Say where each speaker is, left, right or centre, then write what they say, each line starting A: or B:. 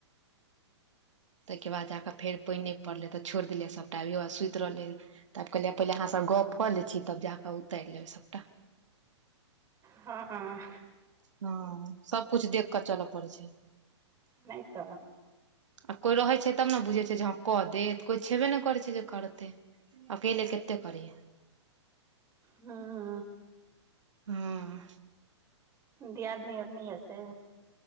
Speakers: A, on the right (about 80°); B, on the right (about 20°).
A: तैके बाद जा कऽ फेर पाइन नै पड़लै तऽ छोइड़ देलियै सबटा अब बौआ सुति रहलै। तब कहलियै पहिले अहाँस गप कऽ लै छी तब जा कऽ उतार लेबै सबटा।
B: हाँ हाँ
A: हाँ, सबकुछ देख कऽ चलऽ पड़ै छै।
B: नै त
A: आ कोइ रहै छै तब ने बुझै छै जे हाँ कऽ दे तऽ कोइ छेबे नै करै छै जे करतै। अकेले केते करियै?
B: हुं।
A: हुं।
B: दीयादिनी आर नहि यै से